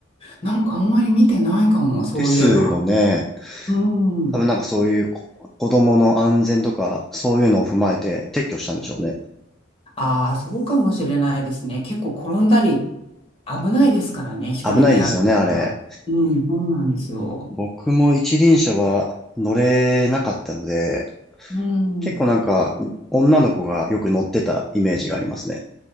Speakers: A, on the left; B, in the centre.
A: なんかあんまり見てないかも、そういえば。
B: ですよね。
A: うん。
B: 多分なんかそういうこ子供の安全とか、そういうのを踏まえて撤去したんでしょうね。
A: ああ、そうかもしれないですね。結構転んだり危ないですからね、一人でやるから。
B: 危ないですよね、あれ。
A: うん、そうなんですよ。
B: 僕も一輪車は乗れなかったので、
A: うん、
B: 結構なんか女の子がよく乗ってたイメージがありますね。